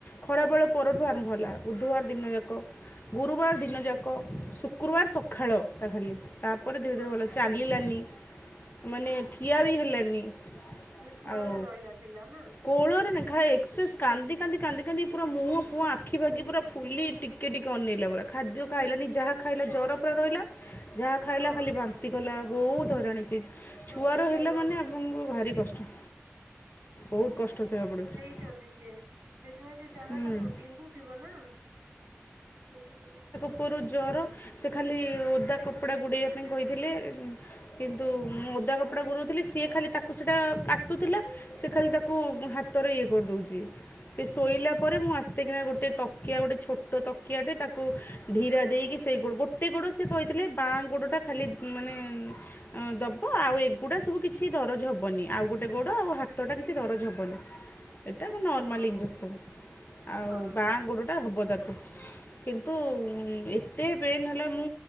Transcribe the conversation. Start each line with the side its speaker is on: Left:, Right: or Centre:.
Left: ଖରା ବେଳ ପରଠୁ ଆର ଭଲା ବୁଧବାର ଦିନ ଯାକ ଗୁରୁବାର ଦିନ ଦିନଯାକ ଶୁକ୍ରବାର ସକାଳଟା ଖାଲି ତାପରେ ଧୀରେ
Right: ହଁ।
Left: ଧୀରେ ଭଲ ଚାଲିଲାନି ମାନେ ଠିଆ ବି ହେଲାନି
Right: ହେଲେ କୋଳରେ
Left: ଆଉ
Right: ରହିଲା ପିଲା ନା
Left: କୋଳରେ ନାଏ ଏସରସାଇଜ କାନ୍ଦି କାନ୍ଦି କାନ୍ଦି କାନ୍ଦି ପୁର ମୁହଁ ଫୁଖି ପୁରା ଫୁଲି କେ ଟିକେ ଅନେଇଲା ପୁରା। ଖାଦ୍ୟ ଖାଇଲାାନି ଯାହା ଖାଇଲା ଜ୍ୱର ପରା ରହିଲା ଯାହା ଖାଇଲା
Right: ହଁ
Left: ଖାଲି
Right: ହଁ।
Left: ବାନ୍ତି କଲା ବହୁତ ହଇରାଣ ହେଇଛି।
Right: ତ
Left: ଛୁଆର
Right: ସେଇ ଜାଗା
Left: ହେଲା
Right: ଏଇ
Left: ମାନେ ଆପଣଙ୍କୁ ଭାରି କଷ୍ଟ ବହୁତ କଷ୍ଟ ବାକୁ ପଡ଼ିବ।
Right: ସେ ସେଥିପାଇଁ ସେ ଜାଗା
Left: ହୁଁ
Right: ଟା ବିନ୍ଧୁଥିବ ନା ସେଥିପାଇଁ
Left: ଉପରୁ ଜର ସେ ଖାଲି ଓଦା କପଡ଼ା ଗୁଡ଼େଇବା ପାଇଁ କହିଥିଲେ। କିନ୍ତୁ ମୁଁ ଓଦା କପଡ଼ା ଗୁରୋଉଥିଲି ସିଏ ଖାଲି ତାକୁ ସେଇଟା କାଟୁଥିଲା। ସିଏ ଖାଲି ତାକୁ ହାତରେ ଇଏ କରିଦୋଉଚି। ଶୋଇଲା ପରେ ମୁଁ ଆସ୍ଥେକିନା ଗୋଟେ ତକିଆ ଗୋଟେ ଛୋଟୋ ତକିଆଟେ ତାକୁ ଢିରା ଦେଇକି ସେଇ ଗୋଡ ଗୋଟେ ଗୋଡୋ ସିଏ କହିଥିଲେ ବାଁଆ ଗୋଡୋଟା ଖାଲି ମାନେ ଅଁ ଦେବ ଆଉ ଏଗୁଡ଼ା ସବୁ କିଛି ଦରଜ ହବନି ଆଉ ଗୋଟେ ଗୋଡୋ ଆଉ ହାତଟା କିଛି ଦରଜ ହବନି।
Right: <inaudible>
Left: ଏଟା ଆମ ନର୍ମାଲ୍
Right: ହଁ
Left: ଇଞ୍ଜେକ୍ସନ୍ ଆଉ
Right: ହଁ
Left: ବାଁଆ ଗୋଡୋଟା ହେବ ତାକୁ। କିନ୍ତୁ ଏତେ ଉଁ ପେନ୍ ହେଲା ମୁଁ